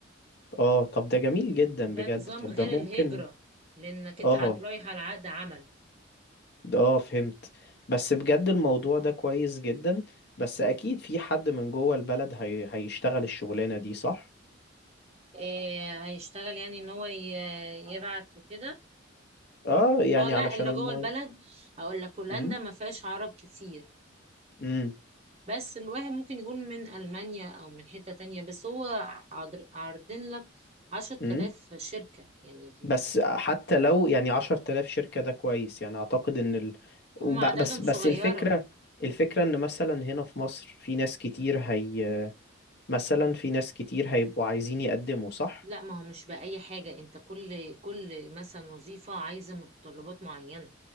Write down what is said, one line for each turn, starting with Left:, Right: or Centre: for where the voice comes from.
Left: اه طب ده جميل جدا
Right: ده
Left: بجد
Right: نظام
Left: طب
Right: غير
Left: ده ممكن
Right: الهجره لانك انت
Left: اه
Right: عاد رايح على عقد عمل
Left: اه فهمت بس بجد الموضوع ده كويس جدا بس اكيد في حد من جوه البلد هي... هيشتغل الشغلانة دي صح
Right: إيه هيشتغل يعني ان هو ي... يبعت وكده
Left: اه يعني
Right: اه لا
Left: علشان
Right: اللي
Left: الموضوع
Right: جوه البلد هقول لك هولندا
Left: امم
Right: ما فيهاش عرب كتير
Left: امم
Right: بس الواحد ممكن يكون من ألمانيا أو من حتة تانية بس هو عاضر- عارضين لك عشرة
Left: امم
Right: آلاف شركة يعني في-
Left: بس حتى لو يعني 10000 شركة ده كويس يعني اعتقد ان ال...
Right: هم
Left: وب...
Right: أعدادهم
Left: بس
Right: صغيرة
Left: بس الفكرة الفكرة ان مثلا هنا في مصر في ناس كتير هي مثلا في ناس كتير هيبقوا عايزين يقدموا صح
Right: لا ما هو مش بأي حاجة أنت كل كل مثلا وظيفة عايزة متطلبات معينة